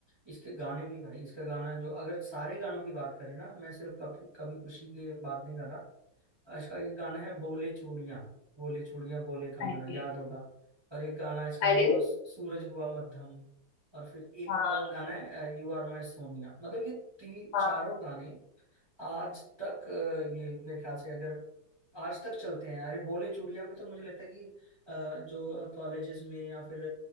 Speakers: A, on the right (about 25°); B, on the left (about 75°).
A: इसके गाने भी भाई इसका गाना जो अगर सारे गानों की बात करें ना मैं सिर्फ कभी कभी खुशी की बात नहीं कर रहा इसका एक गाना है बोले चूड़ियां बोले चूड़ियां बोले कंगना
B: अरे
A: याद होगा और एक गाना इसका
B: अरे
A: है वो सूरज हुआ मध्यम और फिर एक
B: हाँ
A: और गाना है यू आर माय सोनिया मतलब ये ती चारों
B: हाँ
A: गाने आज तक अ, ये मेरे ख्याल से अगर आज तक चलते हैं अरे बोले चूड़ियां पे तो मुझे लगता है कि अ, जो कॉलेजेस में या फिर